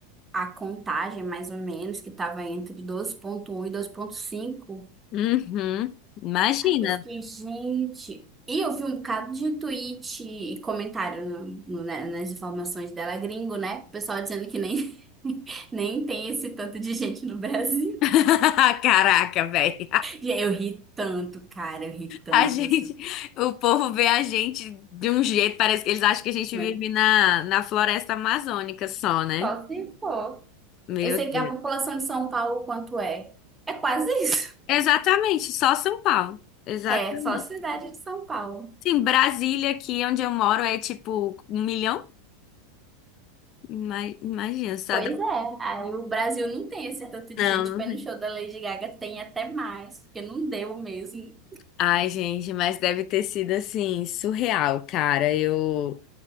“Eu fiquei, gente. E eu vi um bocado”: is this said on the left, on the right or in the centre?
Right